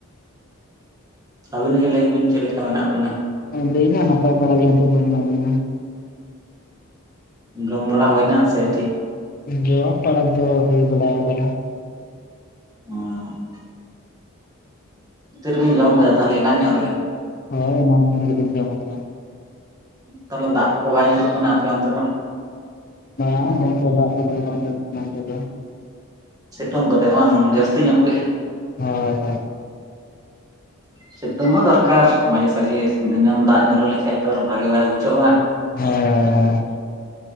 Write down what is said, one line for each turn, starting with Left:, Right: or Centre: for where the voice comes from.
Right: ᱟᱵᱤᱱ ᱜᱮ ᱞᱟᱹᱭ ᱵᱤᱱ ᱪᱮᱫ ᱞᱮᱠᱟ ᱢᱮᱱᱟᱜ ᱵᱤᱱᱟ?
Left: ᱟ. ᱞᱤᱧ ᱦᱚᱸ ᱱᱟᱯᱟᱭ ᱵᱟᱲᱟ ᱜᱮ ᱱᱤᱛᱚᱜ ᱫᱚ ᱢᱮᱱᱟᱜ ᱞᱤᱧᱟ᱾
Right: ᱡᱚᱢ ᱵᱟᱲᱟ ᱦᱩᱭᱼᱱᱟ ᱥᱮ ᱟᱹᱣᱨᱤ?
Left: ᱡᱚᱢ ᱯᱟᱲᱟ ᱫᱚ ᱦᱩᱭ ᱵᱟᱲᱟᱣ ᱟᱠᱟᱱᱟ᱾
Right: ᱚᱸᱼᱼ ᱛᱤᱨᱮ ᱵᱤᱱ ᱡᱚᱢ ᱠᱮᱫᱟ? ᱛᱟᱦᱚᱞᱮ ᱮᱱᱟᱝ ᱧᱚᱜ ᱨᱮᱜᱮ?
Left: ᱦᱳᱭ ᱮᱱᱟᱝ ᱧᱚᱜ ᱨᱮᱜᱮ ᱞᱤᱧ ᱡᱚᱢ ᱟᱠᱟᱫᱟ᱾
Right: ᱛᱟᱦᱚᱞᱮ ᱫᱟᱜ ᱠᱚ ᱵᱟᱭ ᱧᱩᱨᱩᱜ ᱠᱟᱱᱟ ᱟᱯᱮ ᱚᱱᱛᱮ ᱫᱚ?
Left: ᱵᱟᱝ ᱜᱚᱢᱠᱮ, ᱫᱟᱜ ᱠᱚ ᱫᱚ ᱵᱟᱝ ᱧᱩᱨᱩᱜ ᱠᱟᱱᱟ ᱱᱚᱱᱛᱮ ᱫᱚ᱾
Right: ᱥᱤᱛᱩᱝ ᱠᱟᱫᱟᱭ ᱵᱟᱝ ᱡᱟᱹᱥᱛᱤ ᱧᱚᱜ ᱜᱮ ᱾
Left: ᱦᱳᱭ ᱦᱳᱭᱼᱼ
Right: ᱥᱤᱛᱩᱝ ᱦᱚᱸ ᱫᱚᱨᱠᱟᱨ ᱢᱟᱡᱷᱮ ᱥᱟᱡᱷᱮ ᱾ ᱫᱤᱱᱟᱹᱢ ᱫᱟᱜ ᱧᱩᱨᱩ ᱞᱮᱠᱷᱟᱡ ᱛᱚᱨ ᱵᱷᱟᱜᱮ ᱵᱟᱭ ᱵᱩᱡᱷᱟᱹᱜᱼᱟ᱾
Left: ᱦᱳᱭ ᱦᱳᱭ ᱦᱳᱭᱼᱼ